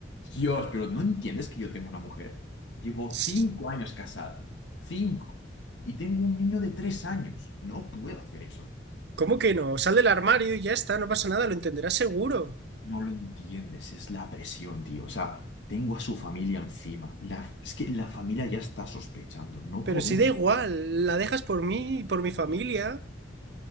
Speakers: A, on the left (about 75°); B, on the right (about 60°).
A: Dios, pero ¿no entiendes que yo tengo una mujer? Llevo
B: Ss,
A: cinco años casada, cinco, y tengo un niño de tres años, no puedo hacer eso.
B: ¿Cómo que no? Sal del armario y ya está, no pasa nada, lo entenderás seguro.
A: No lo entiendes, es la presión, tío. O sea, tengo a su familia encima. La- es que la familia ya está sospechando. No
B: Pero
A: podemos.
B: si da igual, la dejas por mí y por mi familia.